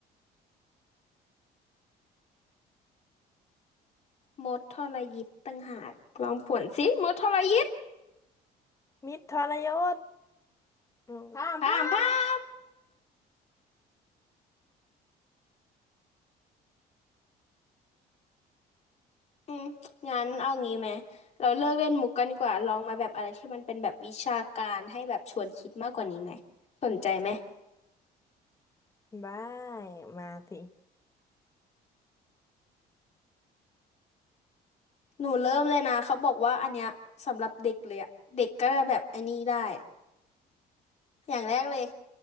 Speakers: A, on the left; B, on the left.
A: มดทรยิตต่างหากลองผวนสิมดทรยิต
B: มิตรทรยศอืมพามพา
A: พ่ามพาม อืมงั้นเอางี้ไหมเราเลิกเล่นมุกกันดีกว่าลองมาแบบอะไรที่มันเป็นแบบวิชาการให้แบบชวนคิดมากกว่านี้ไหมสนใจไหม
B: มได้มาสิ
A: หนูเริ่มเลยนะเขาบอกว่าอันเนี้ยสำหรับเด็กเลยอะเด็กก็แบบอันนี้ได้อะอย่างแรกเลย